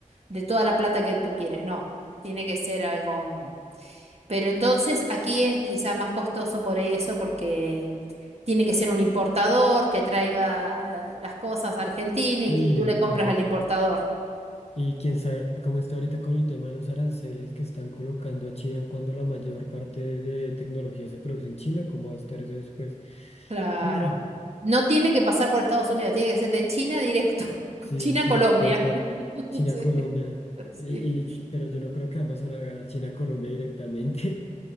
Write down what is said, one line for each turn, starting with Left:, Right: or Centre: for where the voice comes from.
Right: de toda la plata que tú quieres, no, tiene que ser algo... mm. Pero entonces aquí es quizá más costoso por eso, porque tiene que ser un importador que traiga las cosas a Argentina y
Left: Sí,
Right: tú le
Left: no.
Right: compras al
Left: Y
Right: importador.
Left: y quién sabe cómo está ahorita con el tema de los aranceles que están colocando a China cuando la mayor parte de tecnología se produce en China, cómo va a estar eso después.
Right: Claro.
Left: Mm,
Right: No tiene que pasar por Estados Unidos, tiene que ser de China directo.
Left: Sí,
Right: <laughs> China-Colombia.
Left: sí, tal cual.
Right: <laughs>
Left: China,
Right: Sí,
Left: Colombia.
Right: sí.
Left: Y, y- pero yo no creo que Amazon haga China, Colombia directamente